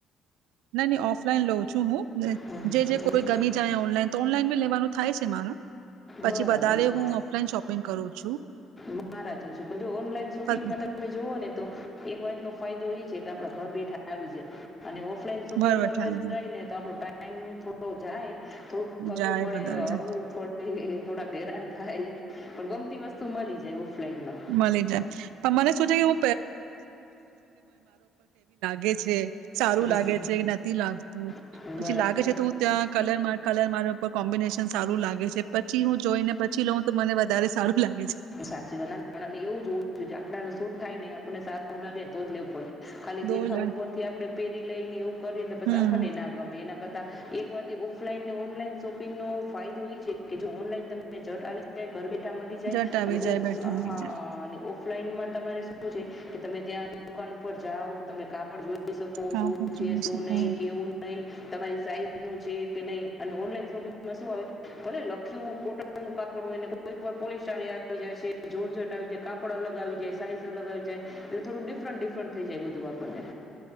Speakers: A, on the right; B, on the left.
A: નાય નાય ઓફલાઈન લઉં છું હું.
B: હમ
A: જે જે
B: હમ
A: કોઈ ગમી જાય ઓનલાઈન તો ઓનલાઈન બી લેવાનું થાય છે મારુ પછી
B: બરાબર
A: વધારે
B: મા-
A: હું ઓફલાઈન શોપિંગ કરું છું
B: મારા જેવું છે પણ જો ઓનલાઈન શોપિંગમાં
A: પર
B: તમે જોવો ને તો એક વાતનો ફાયદો ઈ છે કે આપડા ઘર બેઠા આવી જાય અને ઓફ ફ્રેન્ડ શોપિંગ
A: બરોબર
B: કરવા
A: ખ્યાલ છે.
B: જાય ને તો આપ ટાઈમ થોડો જાય. થોડુંક ફરવું
A: જાય
B: પડે,
A: બધા જ
B: હરવું પડે. હે હે અ થોડાક હેરાન થાય પણ, ગમતી વસ્તુ મળી જાય. ઓફલાઈનમાં
A: મલી જાય તો મને શું થીયુ. ગે છે, સારું
B: હમ
A: લાગે છે નથી લાગતું
B: હમ
A: પછી
B: બરાબર
A: લાગે છે, તો હું ત્યાં કલર માટ કલર મારા ઉપર કોમ્બિનેશન સારું લાગે છે પછી હું જોઈને પછી લઉં તો મને વધ ધારે સારું લાગે છે.
B: સાચી વાત ના મે એવું જોવું જે આપડા ને શુટ થાય ને એ આપણને સારું લાગે ને તોચ લેવું પડ ખાલી
A: દોલન
B: દેખાવ ઉપરથી આપડે પેરી લઈ ને એવું કરીને તો પસી
A: હમ્મ
B: આપણ ને ના ગમે એના એક વાત ઓફલાઈન ને, ઓનલાઇન શોપિંગ નો ફાયદો ઈ છે, કે જો ઓનલાઈન તમે જત આવી જાય તો ઘર બેઠા મળી જાય
A: જટ આવી
B: અને ઓફ
A: જાય બેઠા આવી
B: હા
A: જાય.
B: અને ઓફ ઓફલાઈનમાં તમારે શું છે કે, તમે ત્યાં દુકાન ઉપર જાઓ, તમે કાપડ જોઈ જોઈ શકો,
A: કા
B: શું
A: પણ
B: છે
A: જોઈ
B: શું
A: શકો
B: નહી? કેવું નહી? તમારી સાઈઝ છે કે નહી અને ઓનલાઈન શોપિંગમાં શું આવે, ભલે લખ્યું કોટન નું કાપડ હોય કોઈ ક વાર પોલિસતર આવી જાય છે, જોરજટ આવી જાય, કાપડ અલગ આવી જાય, સાઈઝ અલગ આવી જાય એટલે થોડું ડિફરન્ટ ડિફરન્ટ થઈ જાય બધું આપણને